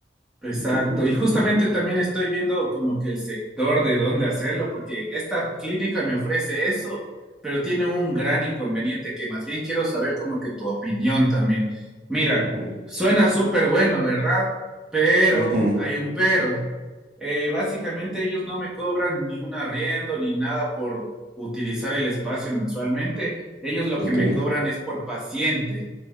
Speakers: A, in the centre; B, on the right.
A: Exacto,
B: Qué cool, qué
A: y justamente
B: cool.
A: también estoy viendo como que el sector de dónde hacerlo, porque esta clínica me ofrece eso, pero tiene un gran inconveniente que más bien quiero saber como que tu opinión también. Mira,
B: Ujú,
A: suena súper bueno, ¿verdad? Pero
B: ujú,
A: hay un pero. Eh, básicamente ellos no me cobran ni un arriendo ni nada por utilizar el espacio mensualmente. Ellos lo
B: Ok.
A: que me cobran es por paciente